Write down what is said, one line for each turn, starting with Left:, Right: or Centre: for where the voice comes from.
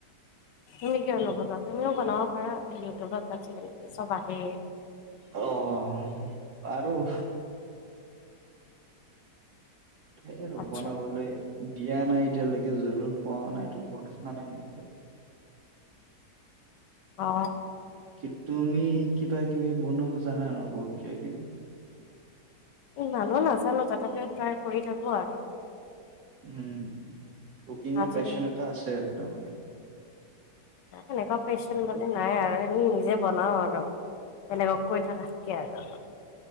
Left: তুমি কিয় নবনাৱা তুমিও বনাব পাৰা ইউটিউবত আজিকালি চব আহেই।
Right: অ', পাৰোঁ। সেই আৰু
Left: আচ্ছা
Right: বনাবলে দিয়া নাই এতিয়ালৈকে জৰুৰ পোৱা নাইতো <unintelligible>
Left: অ'।
Right: কি তুমি কিবা-কিবি বনাব জানা ন' বহুত কিবা-কিবি?
Left: ইমানো নাজানো তথাপি ট্ৰাই কৰি থাকো আৰু।
Right: উম, কুকিংৰ
Left: আজি
Right: পেশ্বন এটা আছে আৰু তাৰমানে।
Left: এনেকুৱা পেশ্বন বুলি নাই আৰু এনে নিজে বনাও আৰু। বেলেগক কৈ থাকাতকে আৰু।